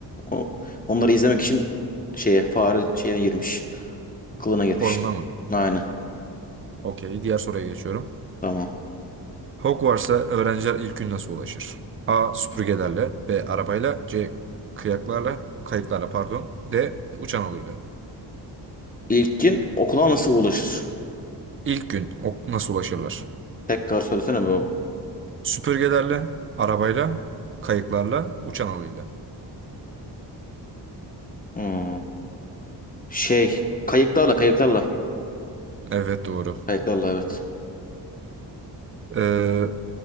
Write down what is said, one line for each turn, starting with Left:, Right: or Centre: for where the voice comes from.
Left: O, onları izlemek için şeye fare şeyine girmiş. Kılığına girmiş.
Right: Formuna mı?
Left: Aynen.
Right: Okey. Diğer soruya geçiyorum.
Left: Tamam.
Right: Hogwarts'a öğrenciler ilk gün nasıl ulaşır? A. Süpürgelerle, B. Arabayla, C. Kıyaklarla, kayıklarla pardon, D. Uçan alıyla.
Left: İlkin okula nasıl ulaşır?
Right: İlk gün ok nasıl ulaşırlar?
Left: Tekrar söylesene bu.
Right: Süpürgelerle, arabayla, kayıklarla, uçan alıyla.
Left: Hmm. Şey kayıklarla kayıklarla.
Right: Evet doğru.
Left: Kayıklarla evet.
Right: Ee,